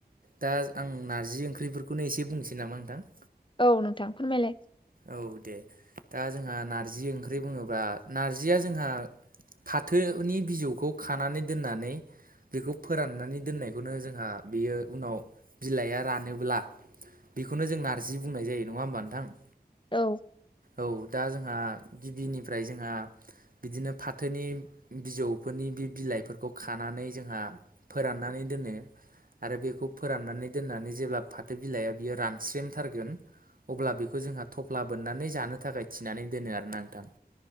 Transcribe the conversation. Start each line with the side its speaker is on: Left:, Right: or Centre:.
Right: दा आं नारजि ओंख्रिफोरखौनो एसे बुंनोसै नामा नोंथां?
Left: औ नोंथां फोरमायलाय।
Right: औ दे दा जोंहा नारजि ओंख्रि बुङोबा नारजिया जोंहा फाथोनि बिजौखौ खानानै दोननानै बेखौ फोराननानै दोननायखौनो जोंहा बेयो उनाव बिलाइआ रानोब्ला बेखौनो जों नारजि बुंनाय जायो नङा होमबा नोंथां?
Left: औ।
Right: औ दा जोंहा गिबिनिफ्राय जोंहा बिदिनो फाथोनि बिजौफोरनि बे बिलाइफोरखौ खानानै जोंहा फोराननानै दोनो। आरो बेखौ फोराननानै दोननानै जेब्ला फाथो बिलाइया बियो रानस्रेमथारगोन अब्ला बेखौ जोंहा थफ्ला बोननानै जानो थाखाय थिनानै दोनो आरो ना नोंथां।